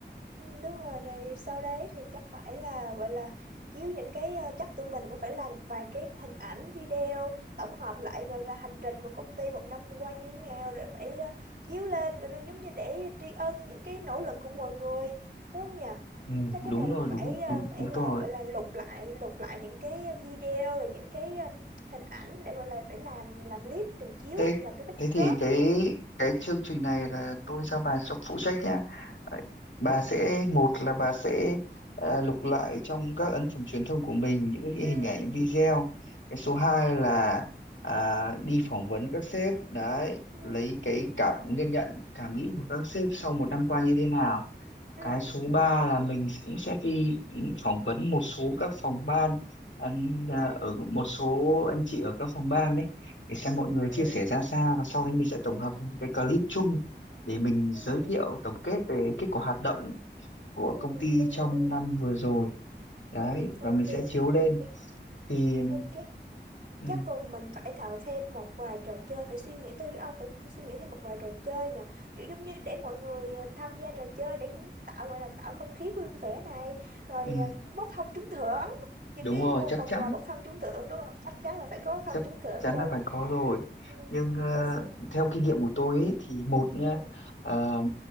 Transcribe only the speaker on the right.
Ừ, đúng rồi rồi sau đấy thì chắc phải là gọi là chiếu những cái ờ, chắc tụi mình cũng phải làm một vài cái hình ảnh video tổng hợp lại gọi là hành trình của công ty một năm qua như thế nào rồi phải ờ, chiếu lên rồi đây giống như để tri ân những cái nỗ lực của mọi người đúng không nhỉ
chắc cái
này
mình phải
ờ,
phải
là
gọi là lục lại lục lại những cái video rồi những cái ờ, hình ảnh để gọi là phải làm làm clip trình chiếu
ấy làm cái backdrop
các kiểu
ừ
ừ
ừ
ừ
ừ
ừ
ừ.
ừ
ừ
ừ
đúng
rồi đúng rồi
ừ
ok
ok
ok
chắc cùng mình phải tạo thêm một vài trò chơi phải suy nghĩ tới ông phải suy nghĩ thêm một vài trò chơi nhỉ kiểu giống như để mọi người ờ, tham gia trò chơi để cũng tạo gọi là tạo không khí vui vẻ này rồi
ờ, bốc thăm trúng thưởng những
cái
một
phần
quà bốc thăm trúng thưởng đúng không chắc chắn là phải có bốc thăm
trúng thưởng
rồi
ừ,
em suy nghĩ-
ừ